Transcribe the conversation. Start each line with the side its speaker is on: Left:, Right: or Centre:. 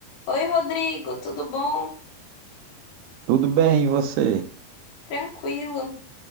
Left: Oi, Rodrigo, tudo bom?
Right: Tudo bem, e você?
Left: Tranquilo.